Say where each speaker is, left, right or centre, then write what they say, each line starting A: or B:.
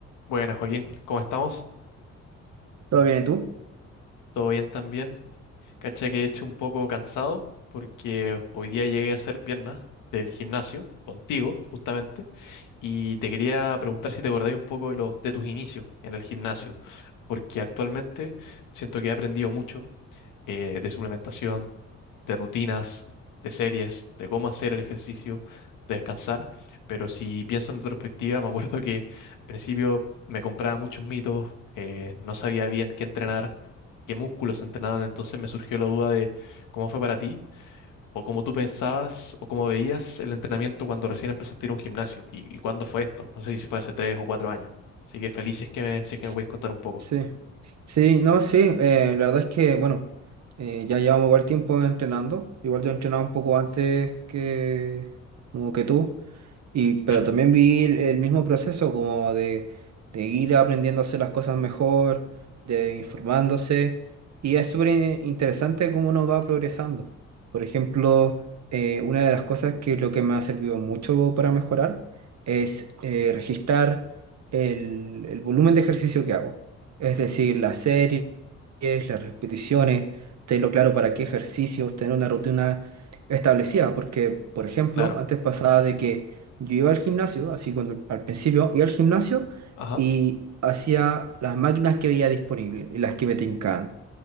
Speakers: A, on the left (about 85°); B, on the right (about 60°).
A: Buenas, Joaquín, ¿cómo estamos?
B: ¿Todo bien, y tú?
A: ¿Todo bien también? Cacha que he hecho un poco cansado porque hoy día llegué a hacer piernas del gimnasio contigo, justamente, y te quería preguntar si te acordáis un poco de los de tus inicios en el gimnasio, porque actualmente siento que he aprendido mucho, eh, de suplementación, de rutinas, de series, de cómo hacer el ejercicio, de descansar. Pero si pienso en retrospectiva, me acuerdo que al principio me compraba muchos mitos, eh, no sabía bien qué entrenar, qué músculos entrenaban, entonces me surgió la duda de cómo fue para ti, o cómo tú pensabas, o cómo veías el entrenamiento cuando recién empezaste a ir a un gimnasio, y, y cuándo fue esto, no sé si fue hace tres o cuatro años. Así que feliz si es que me, si es que
B: S-
A: me podéis contar un poco.
B: Sí, sí, no, sí, eh, la verdad es que, bueno, eh, ya llevamos igual tiempo entrenando, igual yo entrenaba un poco antes que, como que tú, Y, pero
A: Mm,
B: también vi el, el mismo proceso como de, de ir aprendiendo a hacer las cosas mejor, de informándose. Y es súper in- interesante cómo uno va progresando. Por ejemplo, eh, una de las cosas que lo que me ha servido mucho para mejorar es eh, registrar el, el volumen de ejercicio que hago. Es decir, las series, las repeticiones, tenerlo claro para qué ejercicios, tener una rutina establecida. Porque, por ejemplo,
A: claro,
B: antes pasaba de que yo iba al gimnasio, así cuando al principio iba al gimnasio
A: ajá,
B: y hacía las máquinas que veía disponibles y las que me tincaban.